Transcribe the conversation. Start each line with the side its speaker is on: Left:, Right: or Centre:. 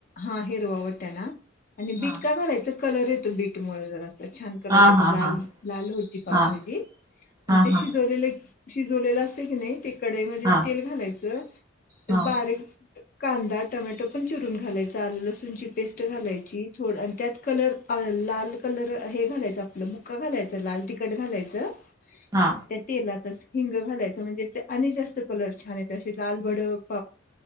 Left: हा हिरवा वटाणा आणि बीट
Right: हा
Left: का घालायचं कलर येतो बीटमुळे जरासं. छान कलर
Right: हा
Left: येतो
Right: हा
Left: लाल
Right: हा
Left: लाल होती पावभाजी
Right: हा
Left: आणि
Right: हा
Left: त्या
Right: हा
Left: शिजोवलेलं. शिजवलेलं असत की नाही ते कडईमध्ये
Right: हा
Left: तेल घालायचं
Right: हा
Left: बारी कांदा टोमॅटो पण चिरून घालायचा आल लसूणची पेस्ट घालायची थोड त्यात कलर लाल कलर हे घालायचं आपलं बुक्का घालायचं लाल तिखट घालायचं.
Right: हा.
Left: त्या तेलातच हिंग घालायचं म्हणजे आणि जास्त कलर छान येत असे लालभडक.